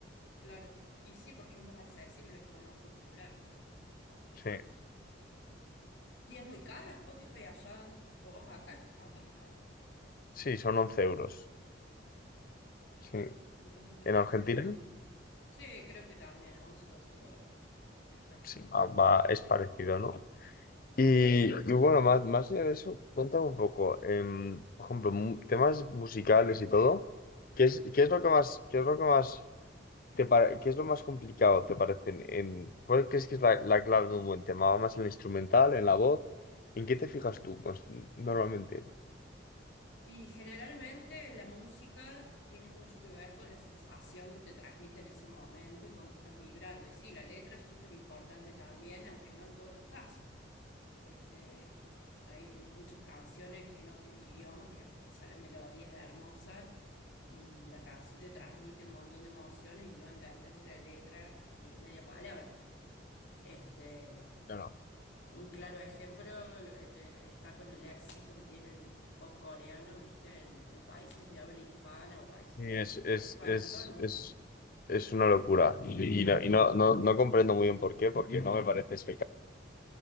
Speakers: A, on the left; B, on the left.
A: Claro. Y sí, porque es más accesible, es como más popular.
B: Sí,
A: Y es muy caro Spotify allá donde estás vos. Acá es, acá es caro.
B: sí, son 11 euros. Sí.
A: Sí, en todos lados
B: En Argentina,
A: sale lo mismo. Sí, creo que también, 11, 12 dólares. Es caro.
B: sí, ah, va, es parecido, ¿no?
A: Sí.
B: Y, y bueno, más, más allá de eso, cuéntame un poco, em, por ejemplo, mu- temas musicales y todo, ¿qué es, qué es lo que más, qué es lo que más te pare- qué es lo más complicado te parece? En, en- ¿cuál crees que es la, la clave de un buen tema? ¿Va más en el instrumental, en la voz? ¿En qué te fijas tú? Pues normalmente,
A: Y generalmente la música tiene mucho que ver con la sensación que te transmite en ese momento y cómo estás vibrando. Y sí, la letra es súper importante también, aunque no en todos los casos. Este, hay muchas canciones en otros idiomas que quizá la melodía es hermosa y la canción te transmite un montón de emociones y no entendés la letra ni media palabra. Este,
B: claro.
A: un claro ejemplo lo- este, está con el éxito que tiene el pop coreano, viste, en, en países de habla hispana o países
B: Sí,
A: de habla
B: Es,
A: inglesa,
B: es,
A: bueno,
B: es,
A: en todo el mundo.
B: es, es una locura. Y, y no, y no, no, no comprendo muy bien por qué, porque no me parece espectacular.